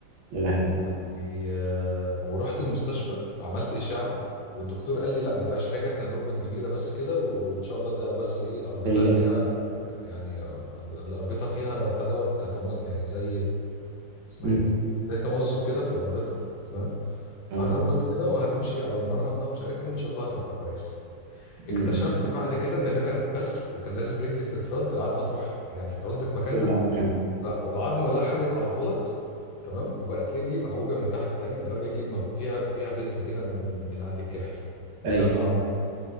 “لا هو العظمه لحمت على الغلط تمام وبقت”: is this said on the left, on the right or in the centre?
Left